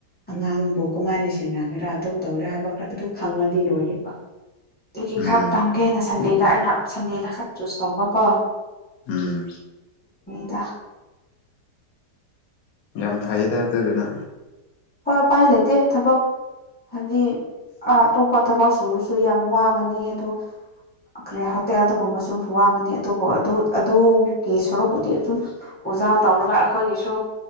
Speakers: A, on the left; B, on the left.
A: ꯑꯉꯥꯡꯕꯨ ꯀꯃꯥꯏꯅ ꯁꯦꯟꯅꯒꯦꯔꯥ ꯑꯗꯨꯝ ꯇꯧꯌꯤꯔꯥ ꯍꯥꯏꯕ ꯈꯔ ꯑꯗꯨ ꯈꯪꯂꯗꯤ ꯂꯣꯏꯔꯦꯕꯥ ꯗꯨꯒꯤ
B: ꯎꯝ
A: ꯈꯛ ꯅ ꯁꯟꯗꯦꯗ ꯑꯩꯅ ꯁꯟꯗꯦꯗ ꯈꯛ ꯆꯨꯁ ꯇꯧꯕꯀꯣ
B: ꯎꯝ
A: ꯇꯥ
B: ꯌꯥꯝ ꯐꯩꯌꯦꯗ ꯑꯗꯨꯗꯅ
A: ꯑ ꯎꯄꯥꯏꯂꯩꯇꯦ ꯊꯕꯛ ꯍꯥꯏꯕꯗꯤ ꯑꯇꯣꯞꯄ ꯊꯕꯛ ꯁꯨꯔꯁꯨ ꯌꯥꯝ ꯋꯥꯒꯅꯤ ꯑꯗꯣ ꯈ꯭ꯔꯦ ꯍꯣꯇꯦꯜꯗꯒꯨꯝꯕꯁꯨ ꯋꯥꯒꯅꯤ ꯑꯗꯨꯕꯨ ꯑꯗꯨꯒꯤ ꯁꯣꯔꯨꯛꯄꯨꯗꯤ ꯑꯗꯨꯝ ꯑꯣꯖꯥ ꯇꯧꯔꯒ ꯑꯈꯣꯏꯒꯤꯁꯨ